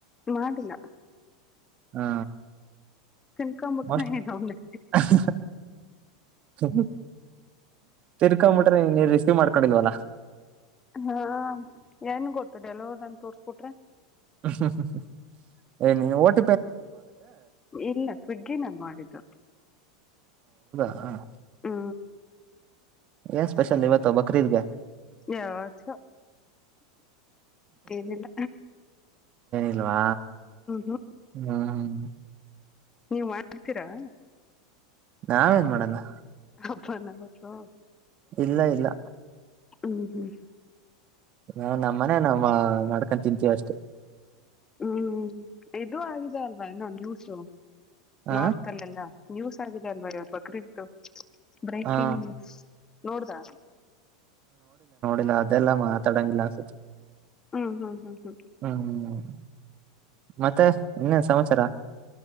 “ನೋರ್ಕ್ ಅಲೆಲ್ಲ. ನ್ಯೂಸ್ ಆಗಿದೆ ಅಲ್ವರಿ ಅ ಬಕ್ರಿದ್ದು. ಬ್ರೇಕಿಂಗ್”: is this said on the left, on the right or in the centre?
Left